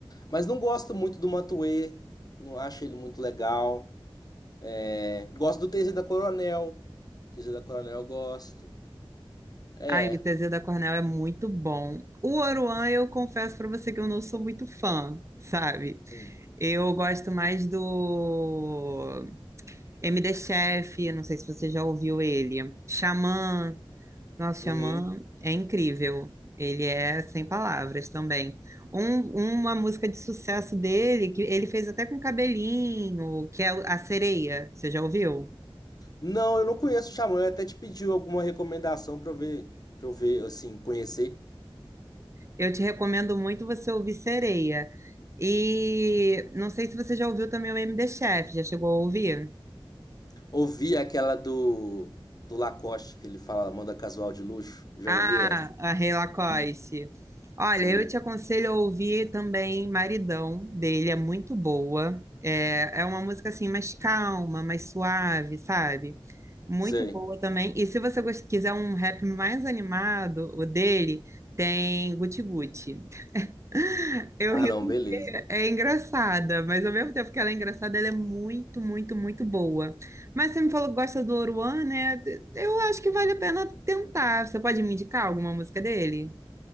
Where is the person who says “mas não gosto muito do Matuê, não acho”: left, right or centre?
Left